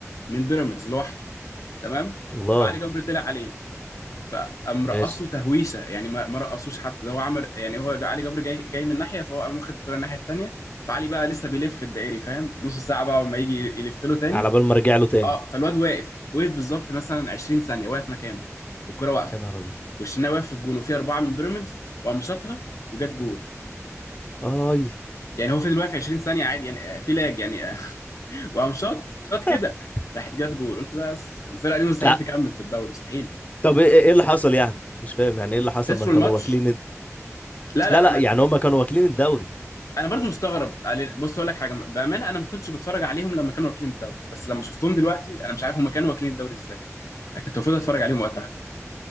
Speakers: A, on the left; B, on the left.
A: من بيراميدز لوحده تمام
B: الله
A: فعلي جبر طلع عليه فقام
B: ماشي
A: رقصه تهويشه يعني ما ما رقصوش حتى ده هو عمل يعني هو علي جبر جاي جاي من ناحيه فهو قام واخد الكره الناحيه التانيه فعلي بقى لسه بيلف الدائري فاهم نص ساعه بقى وما يجي يلف له تاني
B: على بال ما ارجع له تاني
A: اه فالواد واقف وقف بالظبط مثلا 20 ثانيه واقف مكانه والكره واقفه
B: يا نهار ابيض
A: والشناوي واقف في الجون وفي اربعه من بيراميدز وقام شاطها وجت جول
B: اي
A: يعني هو فضل واقف 20 ثانيه عادي يعني آه، في لاج يعني آه، <laughs> وقام شاط شاط كده
B: <laughs>
A: راحت جت جول قلت بس الفرقه دي مستحيل
B: تع-
A: تكمل في الدوري مستحيل
B: طب ايه ايه اللي حصل يعني مش فاهم يعني ايه اللي حصل
A: خسروا
B: ما كانوا
A: الماتش
B: واكلين الد-
A: لا
B: لا
A: لا
B: لا
A: انا
B: يعني هم كانوا واكلين الدوري
A: انا برضو مستغرب علي- بص اقول لك حاجه بامانه انا ما كنتش بتفرج عليهم لما كانوا واكلين الدوري بس لما شفتهم دلوقتي انا مش عارف هم كانوا واكلين الدوري ازاي انا كنت المفروض اتفرج عليهم وقتها